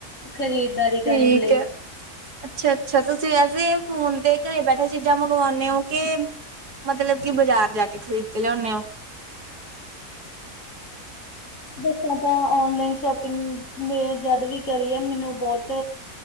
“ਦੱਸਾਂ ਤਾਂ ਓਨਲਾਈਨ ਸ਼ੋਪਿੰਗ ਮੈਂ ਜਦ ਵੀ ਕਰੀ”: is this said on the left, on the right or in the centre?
Left